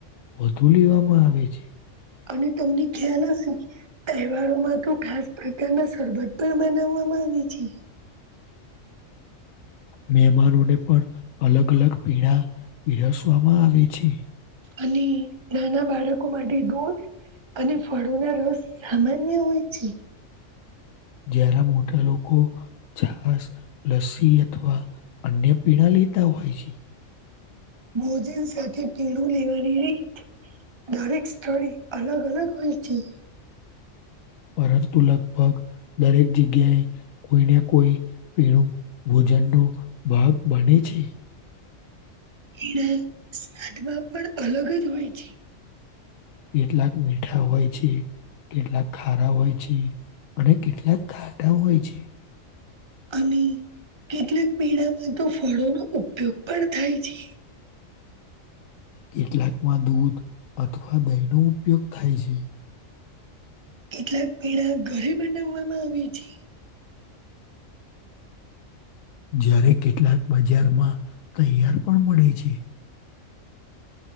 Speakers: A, on the left; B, on the right.
A: વધુ લેવામાં આવે છે
B: અને તમને ખ્યાલ હશે તહેવારોમાં તો ખાસ પ્રકારના સરબત પણ બનાવવામ આવી છે. <inaudible>
A: મહેમાનોને પણ અલગ અલગ પીણા પીરસવામાં આવે છે.
B: અને નાના બાળકો માટે દૂધ અને ફળો ના રસ સામાન્ય હોય છે
A: જ્યારે મોટા લોકો છાસ લસ્સી અથવા અન્ય પીણા લ હોય છે
B: ભોજન સાથે પીણું લેવાની રી દરેક સ્થળ અલગ અલગ હોય છે
A: પરંતુ લગભગ દરેક જગ્યાએ કોઈને કોઈ પીણું ભોજનનોો ભાગ બને છે
B: એને સ્વાદમાં પણ અલગ જ હોય છે
A: કેટલાક મીઠા હોય છે કેટલા ખારા હોય છે અને કેટલાક ખાટા હોય છે
B: અને કેટલાક પેડામાં તો ફળોનો ઉપયોગ પણ થાય છે
A: કેટલાકમાં દૂધ અથવા દહીનો ઉપયોગ થાય છે
B: કેટલાક પીણા ઘરે બનાવવામાં આવી છે
A: જ્યારે કેટલાક બજારમાં તૈયાર પણ મળે છે